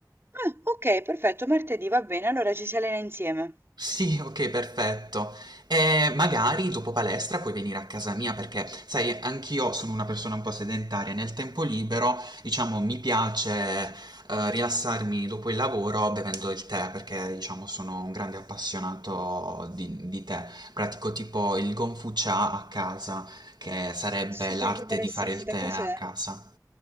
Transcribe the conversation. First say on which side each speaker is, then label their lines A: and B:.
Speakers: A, on the right (about 35°); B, on the right (about 75°).
A: Ah, ok, perfetto, martedì va bene, allora ci si allena insieme.
B: Sì, okay, perfetto. Ehm, magari dopo palestra puoi venire a casa mia perché, sai, anch'io sono una persona un po' sedentaria. Nel tempo libero, diciamo, mi piace, ehm, rilassarmi dopo il lavoro bevendo il tè perché, diciamo, sono un grande appassionato di di tè. Pratico tipo il Gongfu Cha a casa, che sarebbe
A: Super
B: l'arte
A: interessante,
B: di fare il tè
A: cos'è?
B: a casa.